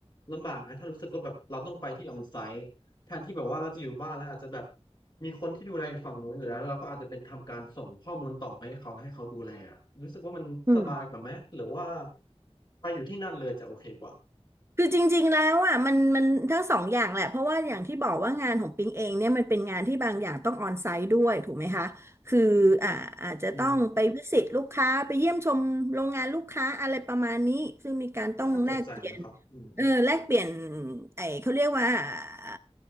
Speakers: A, on the left; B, on the right.
A: ลำบากนะถ้ารู้สึกว่าแบบเราต้องไปที่ออนไซต์แทนที่แบบว่าเราจะอยู่บ้านแล้วอาจจะแบบมีคนที่ดูแลอฝั่งนู้นอยู่แล้วแล้วเราก็อาจจะเป็นทำการส่งข้อมูลต่อไปให้เขาแล้วให้เขาดูแลอะรู้สึกว่ามันสบายกว่าไหมหรือว่า
B: อืม
A: ไปอยู่ที่นั่นเลยจะโอเคกว่า
B: คือจริงๆแล้วอ่ะมันมันทั้งสองอย่างแหละเพราะว่าอย่างที่บอกว่างานของปิงเองเนี่ยมันเป็นงานที่บางอย่างต้องออนไซต์ด้วยถูกไหมคะคืออ่าอาจจะต้องไปวิสิตลูกค้าไปเยี่ยมชมโรงงานลูกค้าอะไรประมาณนี้ซึ่งมีการต้องแลกเปลี่ยน
A: อืมก็น่าสนใจนะครับอืมอืม
B: เออแลกเปลี่ยนไอ้เขาเรียกว่าเอ่อ